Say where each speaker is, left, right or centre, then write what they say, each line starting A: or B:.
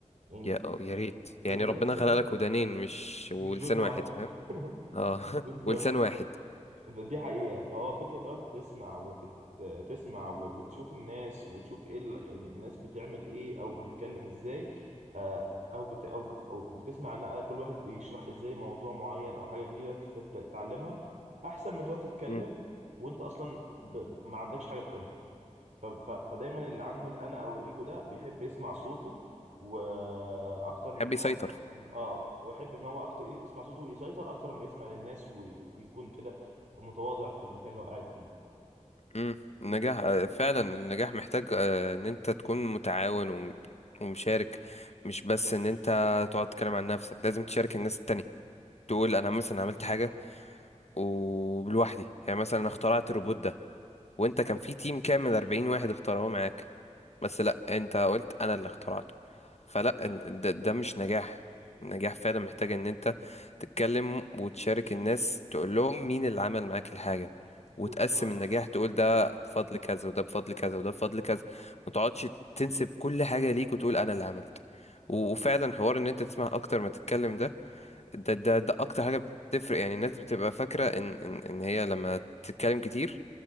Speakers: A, on the right; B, on the left.
A: يعني
B: يا أو يا ريت
A: و- وبحس
B: يعني ربنا
A: ان
B: خلق لك ودانين مش
A: مش
B: ولسان
A: ودن واحده
B: واحد فاهم
A: <laughs>
B: اه <laughs>
A: بالظبط
B: ولسان واحد
A: دي حقيقة فهو فكرة تقعد تسمع وتت... تسمع و- وتشوف الناس وتشوف ايه ال... يعني الناس بتعمل ايه او بتتكلم ازاي آه، او بت... او بت... او بتسمع ان كل واحد بيشرح ازاي موضوع معين او حاجة جديدة انت تبدأ تتعلمها احسن من تقعد تتكلم
B: مم.
A: وانت اصلا ب... ما عندكش حاجة تقولها ف- ف- فدايما اللي عنده الانا او الايجو ده بيحب يسمع صوته واكتر
B: حب
A: من ان هو
B: يسيطر
A: من اه ويحب ان هو اكتر يسمع صوته ويسيطر اكتر ما يسمع للناس وي- ويكون كده متواضع في المكان اللي هو قاعد فيه
B: مم. النجاح آه، فعلا النجاح محتاج آه، ان انت تكون متعاون وم- ومشارك مش بس ان انت تقعد تتكلم عن نفسك لازم تشارك الناس التانية تقول انا مثلا عملت حاجة وبلوحدي يعني مثلا اخترعت الروبوت ده وانت كان في تيم كامل 40 واحد اختاروه معاك بس لا انت قلت انا اللي اخترعته فلا ال- ده, ده مش نجاح النجاح فعلا محتاج ان انت تتكلم وتشارك الناس تقول لهم مين اللي عمل معاك الحاجة
A: بالظبط
B: وتقسم النجاح تقول ده بفضل كذا وده بفضل كذا وده بفضل كذا ما تقعدش تنسب كل حاجة ليك وتقول انا اللي عملت و- وفعلا حوار ان انت تسمع اكتر ما تتكلم ده ده ده ده اكتر حاجه بتفرق يعني الناس بتبقى فاكره ان ان ان هي لما تتكلم كتير